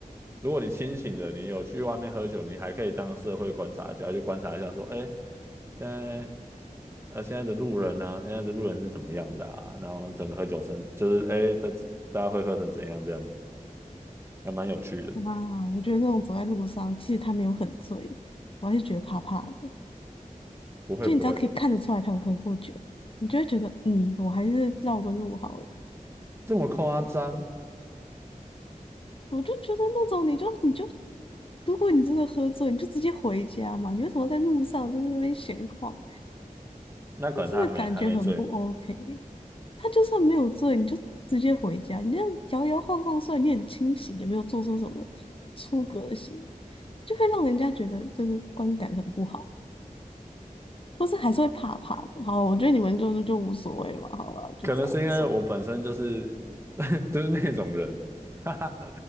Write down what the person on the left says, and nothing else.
哇，我觉得那种走在路上，其实他没有很醉，我还是觉得怕怕的。
就你只要可以看得出来他有喝过酒，你就会觉得，嗯，我还是绕个路好了。
我就觉得那种你就你就，如果你真的喝醉，你就直接回家嘛，你为什么在路上就是那边闲逛？
那真的感觉很不 OK。他就算没有醉，你就直接回家，你这样摇摇晃晃，虽然你很清醒，也没有做出什么出格的行为，就会让人家觉得就是观感很不好。或是还是会怕怕的。好，我觉得你们就是就无所谓嘛，好了，就这样算了